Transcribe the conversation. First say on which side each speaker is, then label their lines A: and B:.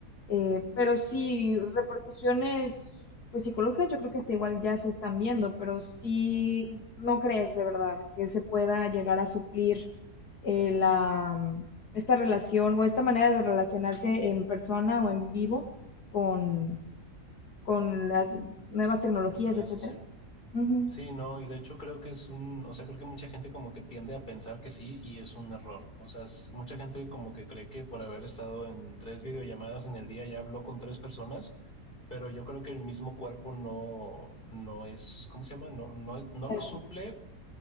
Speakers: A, on the left (about 75°); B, on the left (about 30°).
A: eh, pero sí repercusiones pues psicológicas yo creo que hasta igual ya se están viendo, pero sí no crees de verdad que se pueda llegar a suplir eh, la esta relación o esta manera de relacionarse en persona o en vivo con, con las nuevas tecnologías,
B: con redes
A: etcétera.
B: sociales.
A: Ujú.
B: Sí, no, y de hecho creo que es un, o sea, creo que mucha gente como que tiende a pensar que sí y es un error. O sea, es- mucha gente como que cree que por haber estado en tres videollamadas en el día ya habló con tres personas, pero yo creo que el mismo cuerpo no, no es, ¿cómo se llama? No, no es, no
A: Ya,
B: lo suple